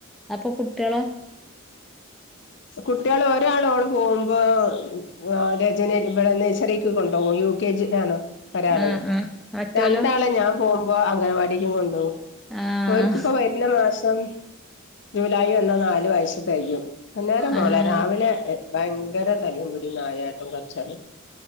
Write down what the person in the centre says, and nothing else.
അപ്പൊ കുട്ടികളോ
ആഹ് ആഹ് മറ്റോലോ
ആഹ്
ഏഹ്